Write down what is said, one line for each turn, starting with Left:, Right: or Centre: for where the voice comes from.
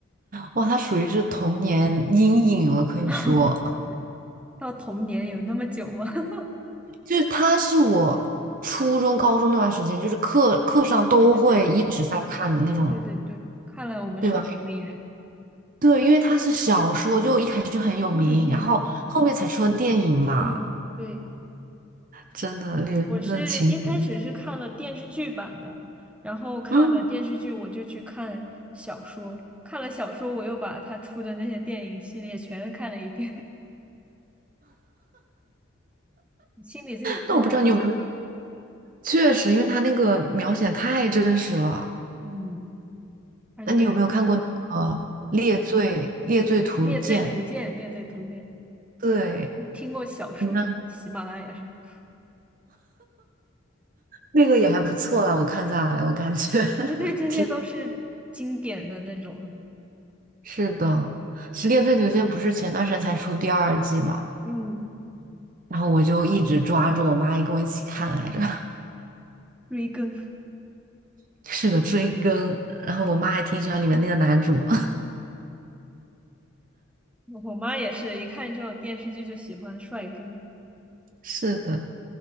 Right: 哇，它属于是童年阴影了，可以说，
Centre: <laughs> 到童年有那么久吗？<laughs>
Right: 就是它是我初中、高中那段时间，就是课课上都会一直在看的那种，
Centre: 对对对，对对对，看来我们是同龄人。
Right: 对吧？对，因为它是小说，就一开始就很有名，
Centre: 嗯嗯
Right: 然后后面才出了电影嘛。
Centre: 嗯，对，
Right: 真的，里面的情节，
Centre: 我是一开始是看了电视剧版的，然后看了电视剧我就去看小说，
Right: 嗯，
Centre: 看了小说我又把他出的那些电影系列全看了一遍，<laughs> 心理罪真的还不错。
Right: 但我不知道你有没有，确实，因为他那个描写太真实了。
Centre: 嗯。而且，
Right: 那你有没有看过那个《猎罪猎罪图鉴》？
Centre: 嗯，《猎罪图鉴》《猎罪图鉴》，
Right: 对，
Centre: 听过小说，
Right: 你看
Centre: 喜马拉雅上，<laughs>
Right: 那个也还不错啦，我看下来，我感觉
Centre: 因为对这些都是经典的那种了
Right: <laughs> 是的。其实《猎罪图鉴》不是前段时间才出第二季嘛，
Centre: 嗯，
Right: 然后我就一直抓着我妈也跟我一起看来着，
Centre: 追更。
Right: <laughs> 是的，追更。然后我妈还挺喜欢里面那个男主，
Centre: 我妈也是一看这种电视剧就喜欢帅哥，
Right: <laughs> 是的。